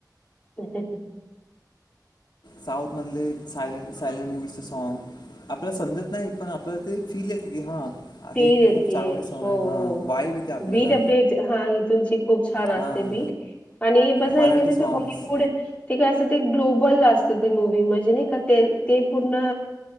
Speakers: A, on the left (about 20°); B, on the left (about 75°).
A: ह
B: साऊथ मध्ये ले सायलेन्स सायलेन्स मुविजचं सॉन्ग आपल्याला समजत नाही पण आपल्याला ते फील येते की हां
A: ते
B: हे
A: रे
B: खूप
A: ते,
B: चांगले सॉन्ग
A: हो
B: आहे हां
A: हो,
B: वाईब येते आपल्याला
A: बी द पेच हा ही तुमची खूप छान असते.
B: हां
A: बी आणि बस
B: मराठी सॉन्ग्स
A: हॉड काय तर ते ग्लोबल असत ते मूवी म्हणजे नाही का ते पूर्ण